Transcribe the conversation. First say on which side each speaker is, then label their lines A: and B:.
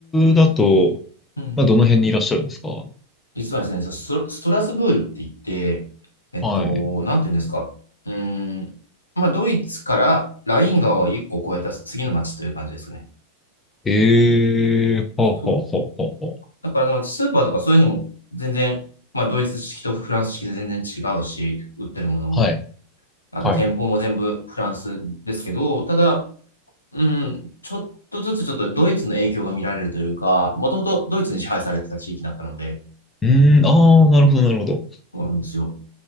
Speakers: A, on the left; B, on the left.
A: だと、
B: うん。
A: まあどの辺にいらっしゃるんですか
B: 実はですね、そスト、ストラスブールって言って、えっと、
A: はい。
B: なんていうんですか。うーん。まあ、ドイツからライン川を1個越えた次の町という感じですね。
A: ええはあはあはあはあは
B: そう。だからあの、スーパーとかそういうのも全然、まあ、ドイツ式とフランス式で全然違うし、売ってるものも、
A: あ。はい。
B: あと店舗も全部フランスですけど、
A: はい。
B: ただ、うん、ちょっとずつちょっとドイツの影響が見られるというか、もともとドイツに支配されてた地域だったので、
A: うーん、ああ、なるほどなるほど。
B: そうなんですよ。